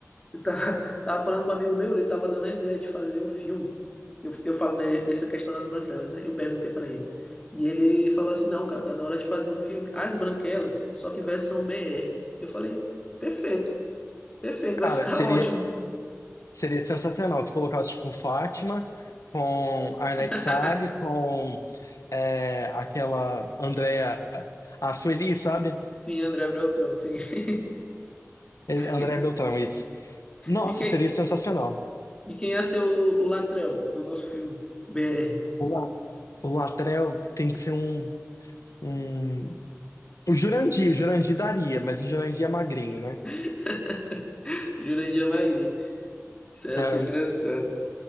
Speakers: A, on the left; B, on the left.
A: Eu tava, <laughs> tava falando com um amigo meu, ele tava dando a ideia de fazer um filme. Eu, eu falo de- dessa questão das branquelas, né? Eu perguntei para ele. E ele falou assim: não, cara, tá na hora de fazer um filme. As branquelas, só que versão BR. Eu falei: perfeito, perfeito, vai
B: Cara,
A: ficar
B: seria.
A: ótimo.
B: Seria sensacional se colocasse, tipo, Fátima com Arnete
A: <laughs>
B: Arlete Salles, com é, aquela Andrea... A Sueli, sabe?
A: Sim, André Beltrão, sim. <laughs>
B: É, Andrea
A: E,
B: Beltrão, isso. Nossa,
A: e quem,
B: seria sensacional.
A: E quem ia ser o, o Latrell do nosso filme? BR.
B: O, La- o Latrell tem que ser um, um... O Jurandir, o Jurandir daria, mas o Jurandir é magrinho,
A: <laughs>
B: né?
A: Jurandir é Magrinho. Isso ia
B: É,
A: ser engraçado.